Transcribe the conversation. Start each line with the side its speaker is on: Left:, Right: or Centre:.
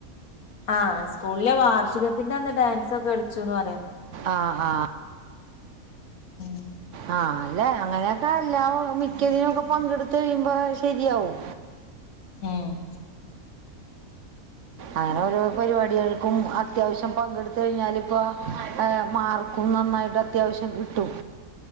Left: ആ സ് സ്കൂളിലെ വാർഷിക തിന്റെ അന്ന് ഡാൻസ് ഒക്കെ കളിച്ചുന്ന് പറയാം
Right: ആ ആ
Left: ഉം
Right: ആഹ് ആഅല്ലെ അങ്ങനെ ക്കല്ലാം മിക്കതിനും ഒക്കെ പങ്കെടുത്ത് കഴിയുമ്പോ ശരിയാവും
Left: ഉം
Right: അങ്ങനെ ഓരോ പരിപാടികൾക്കും അത്യാവശ്യം പങ്കെടുത് കഴിഞ്ഞാല് ഇപ്പ അ ആ മാർക്കും നന്നായിട്ട് അത്യാവശ്യം കിട്ടും